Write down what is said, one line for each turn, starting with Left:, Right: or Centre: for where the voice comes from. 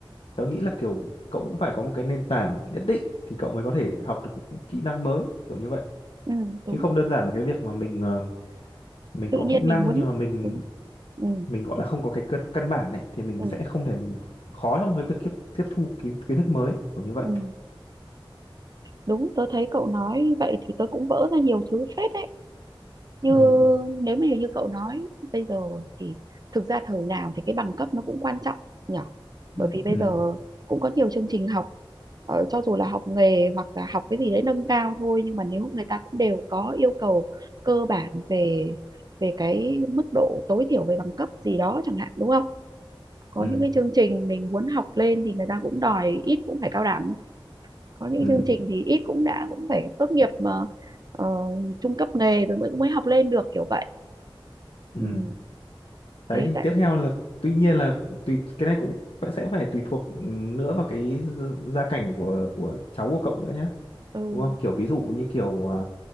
Left: tớ nghĩ là kiểu cậu cũng phải có một cái nền tảng nhất định thì cậu mới có thể học được những kỹ năng mới kiểu như vậy
Right: ừ, đúng
Left: chứ không đơn giản là cái việc mà mình ờ, mình
Right: tự
Left: có
Right: nhiên
Left: kỹ năng
Right: mình muốn
Left: nhưng mà mình
Right: đúng ừ,
Left: mình gọi là không có cái căn căn bản này thì mình
Right: ừ,
Left: sẽ không thể khó trong cái việc tiếp tiếp thu kiến kiến thức mới kiểu như vậy
Right: ừ, đúng tớ thấy cậu nói vậy thì tớ cũng vỡ ra nhiều thứ phết đấy như
Left: ừ
Right: nếu mà như cậu nói bây giờ thì thực ra thời nào thì cái bằng cấp nó cũng quan trọng nhở bởi
Left: ừ
Right: vì bây
Left: ừ
Right: giờ cũng có nhiều chương trình học ờ, cho dù là học nghề hoặc là học cái gì đấy nâng cao thôi nhưng mà nếu người ta cũng đều có yêu cầu cơ bản về về cái mức độ tối thiểu về bằng cấp gì đó chẳng hạn đúng không có
Left: ừ
Right: những cái chương trình mình muốn học lên thì người ta cũng đòi ít cũng phải cao đẳng có những
Left: ừ
Right: chương trình thì ít cũng đã cũng phải tốt nghiệp mà ờ, trung cấp nghề rồi mới mới học lên được kiểu vậy
Left: ừ.
Right: ừ.
Left: đấy
Right: thế
Left: thì
Right: tại
Left: tiếp theo là tuy nhiên là tùy cái này cũng phải- sẽ phải tùy thuộc nữa vào cái gia gia cảnh của của cháu của cậu nữa nhá
Right: ừ.
Left: đúng không kiểu ví dụ như kiểu à,